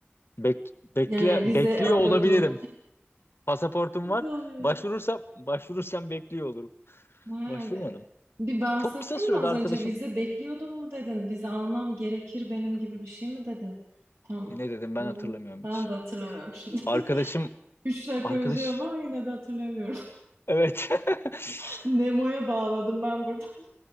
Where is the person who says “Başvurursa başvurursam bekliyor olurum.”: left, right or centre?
Left